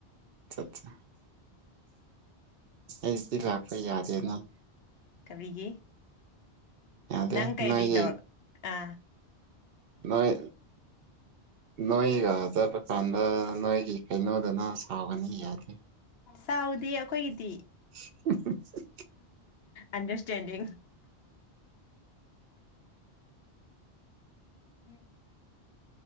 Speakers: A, on the right; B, on the left.
A: ꯑ ꯑꯠꯆꯥ ꯑꯩꯗꯤ ꯂꯥꯛꯄ ꯌꯥꯗꯦ ꯅꯪ
B: ꯀꯕꯤꯒꯤ
A: ꯌꯥꯗꯦ
B: ꯅꯪ ꯀꯩꯔꯤ
A: ꯅꯣꯏꯒꯤ
B: ꯇꯧꯔꯛ ꯑ
A: ꯅꯏ ꯅꯏꯒ ꯇ ꯈꯥꯟꯗ ꯅꯏꯒꯤ ꯀꯩꯅꯣꯗꯅ ꯁꯥꯎꯒꯅꯤ ꯌꯥꯗꯦ
B: ꯆꯥꯎꯗꯤ ꯑꯩꯈꯣꯏꯒꯤꯗꯤ
A: <inaudible>
B: ꯑꯟꯗꯔꯁꯇꯦꯟꯗꯤ ꯎꯝ